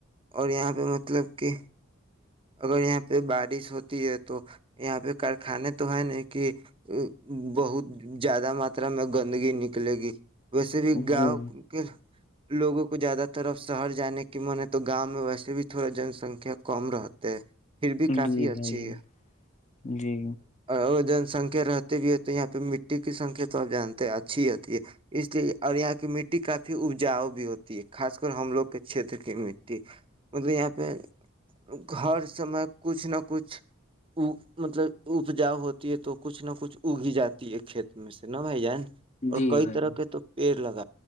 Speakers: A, on the right (about 25°); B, on the left (about 35°).
A: اور یہاں پہ مطلب <unintelligible> اوکے <unintelligible> اگر یہاں پہ بارش ہوتی ہے تو یہاں پہ کارخانے تو ہے نا کہ بہت زیادہ ماترا میں گندگی نکلے گی ویسے بھی گاؤ
B: جی
A: کے لوگوں کو زیادہ تر اب شہر جانے کی من ہے تو گاؤں میں ویسے بھی تھوڑا جن سنکھیا کم رہتا تو <unintelligible> پھر بھی کافی
B: جی
A: اچھی
B: بھائی جان
A: ہے
B: جی
A: اور جن سنکھ <unintelligible> رہتے بھی ہو تو یہاں پہ مٹی کی سنکھیا تو اب جانتے اچھی ہوتی ہے اس لیے اور یہاں کی مٹی کافی اپجاؤ بھی ہوتی ہے خاص کر ہم لوگ کے کھیتر کی مٹی مطلب یہ <unintelligible> پ <unintelligible> ہر سمے کچھ نہیں <unintelligible> نہ کچھ مطلب اپجاؤ ہوتی ہے تو کچھ نہ کچھ اگی جاتی ہے کھیت میں سے نہ بھائی جان <unintelligible> اور
B: جی
A: کئی
B: بھائی
A: طرح
B: جان،
A: کے تو پیڑ لگ